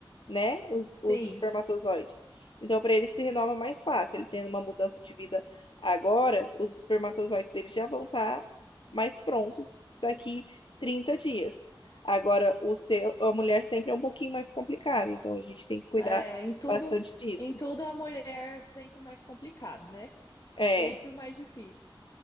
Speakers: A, on the left; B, on the left.
A: né? Os,
B: Sim.
A: os espermatozoides. Então, para ele se renova mais fácil. Ele tendo uma mudança de vida agora, os espermatozoides dele já vão estar mais prontos daqui 30 dias. Agora, o seu, a mulher sempre é um pouquinho mais complicada, então a gente tem que cuidar
B: É, em tudo,
A: bastante disso.
B: em tudo a mulher é sempre mais complicado, né? Sempre
A: É.
B: o mais difícil.